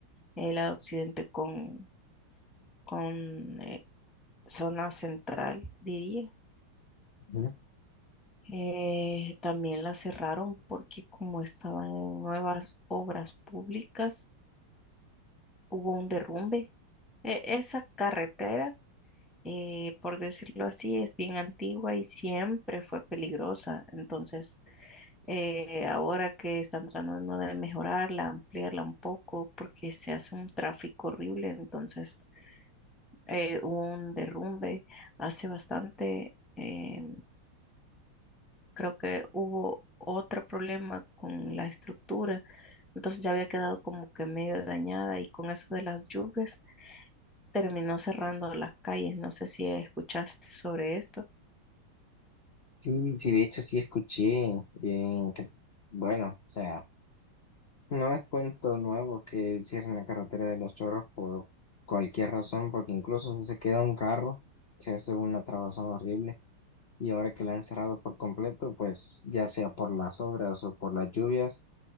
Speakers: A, in the centre; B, on the left.
A: el lado occidente con, con eh, zona central, diría.
B: ujú.
A: Eh, también la cerraron porque como estaban en nuevas obras públicas, hubo un derrumbe. E- esa carretera, eh, por decirlo así, es bien antigua y siempre fue peligrosa. Entonces eh, ahora que están tratando de mejorarla, ampliarla un poco, porque se hace un tráfico horrible, entonces eh, hubo un derrumbe hace bastante, eh, creo que hubo otro problema con la estructura, entonces ya había quedado como que medio dañada y con eso de las lluvias terminó cerrando las calles, no sé si escuchaste sobre esto.
B: Sí, sí, de hecho sí escuché, eh, que, bueno, o sea... No es cuento nuevo que cierren la carretera de Los Chorros por cualquier razón, porque incluso si se queda un carro, se hace una trabazón horrible. Y ahora que la han cerrado por completo, pues ya sea por las obras o por las lluvias,